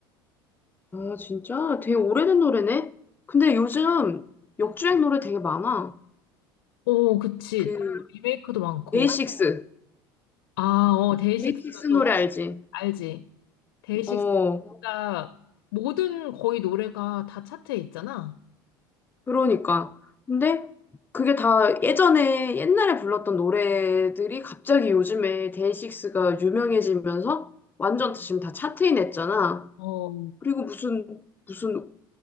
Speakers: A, on the left (about 15°); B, on the left (about 80°).
A: 아, 진짜? 되게 오래된 노래네? 근데 요즘 역주행 노래 되게 많아.
B: 오, 그치.
A: 그,
B: 또 리메이크도 많고.
A: 데이식스.
B: 아, 어, 데이식스가
A: 데이식스
B: 또
A: 노래 알지?
B: 알지. 데이식스
A: 어.
B: 진짜 모든 거의 노래가 다 차트에 있잖아.
A: 그러니까. 근데 그게 다 예전에 옛날에 불렀던 노래들이 갑자기 요즘에 데이식스가 유명해지면서 완전 지금 다 차트인 했잖아.
B: 어.
A: 그리고 무슨 무슨